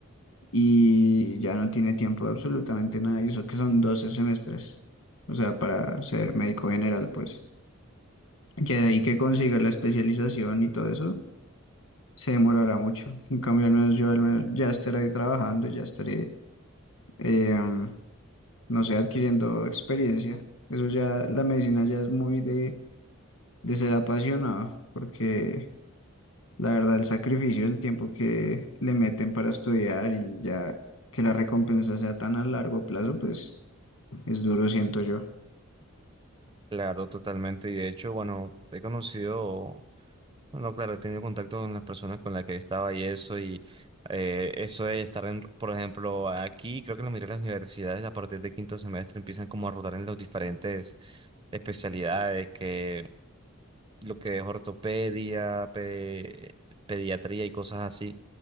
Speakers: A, on the left; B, on the right.
A: y ya no tiene tiempo de absolutamente nada, y eso que son 12 semestres, o sea, para ser médico general, pues. Ya de ahí que consiga la especialización y todo eso, se demorará mucho. En cambio, al menos yo al menos ya estaré trabajando, ya estaré, eh, um, no sé, adquiriendo experiencia. Eso ya, la medicina ya es muy de, de ser apasionado, porque La verdad, el sacrificio, el tiempo que le meten para estudiar y ya que la recompensa sea tan a largo plazo, pues es duro, siento yo.
B: Claro, totalmente. Y de hecho, bueno, he conocido, bueno, claro, he tenido contacto con las personas con las que estaba y eso, y eh, eso de estar en, por ejemplo, aquí, creo que la mayoría de las universidades a partir de quinto semestre empiezan como a rotar en las diferentes especialidades, que lo que es ortopedia, pe- pediatría y cosas así.